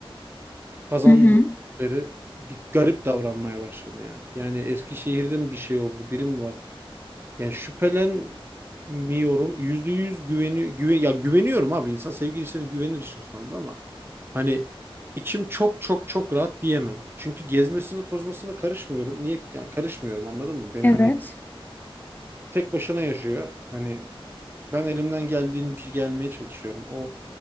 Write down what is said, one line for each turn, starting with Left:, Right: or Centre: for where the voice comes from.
Right: kazandıkları
Left: hı hı
Right: bir garip davranmaya başladı ya. Yani Eskişehir'de mi bir şey oldu, biri mi var? Yani şüphelenmiyorum. Yüzde yüz güveni, güven, ya güveniyorum abi. İnsan sevgilisine güvenir işin sonunda ama hani içim çok çok çok rahat diyemem. Çünkü gezmesine tozmasına karışmıyorum. Niye yani karışmıyorum anladın mı? Beni
Left: evet
Right: hani tek başına yaşıyor. Hani ben elimden geldiğince gelmeye çalışıyorum. O